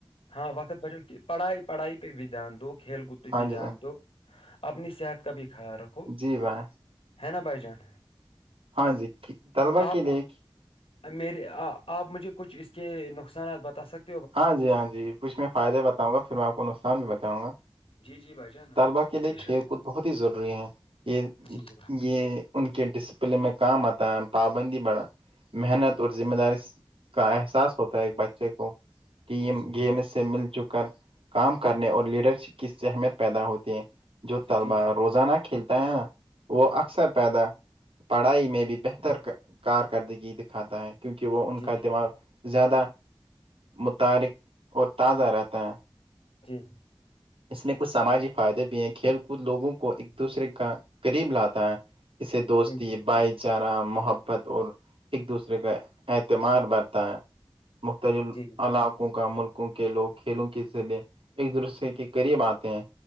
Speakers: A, on the left (about 85°); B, on the right (about 80°).
A: ہاں وقت بچ کہ پڑھائی پڑھائی پہ بھی دھیان دو کھیل کود پہ
B: ہاں
A: بھی دھیان
B: جی میں
A: دو اپنی صحت کا بھی خیال رکھ
B: جی بھان
A: حینا بائی جان
B: ہاں جی طلبہ
A: آپ
B: کے لیے
A: میرے آپ مجھے کچھ اس کے نقصانات بتا سک
B: ہاں جی ہاں جی کچھ میں فائدہ بتاؤںا پھر میں آپ کو نقصان بھی بتاؤں گا
A: جی جی بھائی جان
B: طلبا کے لیے
A: بے شک،
B: کھیل کود بہت ہی ضروری ہے یہ
A: جی جی
B: یہ ان کے ڈسپلن میں کام آتا ہے پابندی بڑھا محنت اور ذمہ داری سے کا احساس ہوتا ہے ایک بچے کو ٹیم
A: جی جی
B: گیم سے مل جل کر کام کرنے اور لیڈرشپ کی سہمیت پیدا ہوتی ہے جو طلبا
A: جی جی
B: روزانہ کھیلتا ہے نا وہ اکثر پیدا پڑھائی میں بھی بہتر کارکردگی دکھاتا ہے کیونکہ وہ ان
A: جی
B: کا دماغ زیادہ متعارک اور تازہ رہتا ہے
A: جی
B: اس میں کچھ سماجی فائدے بھی ہیں کھیل کود لوگوں کو ایک دوسرے کا قریب لاتا ہے اسے
A: جی
B: دوستی
A: جی
B: بائی ب چارہ محبت اور ایک دوسرے کا اعتمار بڑھتا ہے مختلف
A: جی جی
B: علاقوں کا ملکوں کے لوگ کھیلوں کے لیں ایک دوسرے کے قریب آتے ہیں